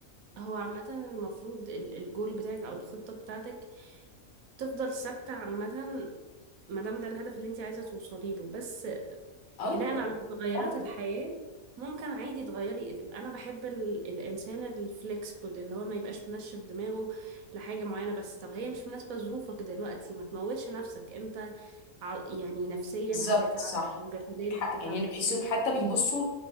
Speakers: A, on the right (about 80°); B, on the left (about 80°).
A: هو عامة المفروض ال- الجول بتاعك أو الخطة بتاعتك تفضل ثابتة عامة ما دام ده الهدف اللي انت عايزة توصلي له بس
B: ايوه
A: بناء على تغيرات
B: فعلا.
A: الحياة ممكن عادي تغيري تبقى أنا بحب ال... الإنسان الفلكسبل اللي هو ما يبقاش منشف دماغه لحاجة معينة بس طب هي مش مناسبة ظروفك دلوقتي ما تموتش نفسك انت ع- يعني نفسيا
B: بالظبط
A: هتتعب
B: صح
A: وجسديا
B: عندك حق
A: هتتعب
B: يعني انا
A: من
B: بحسهم
A: كتر التفكير
B: حتى بيبصوا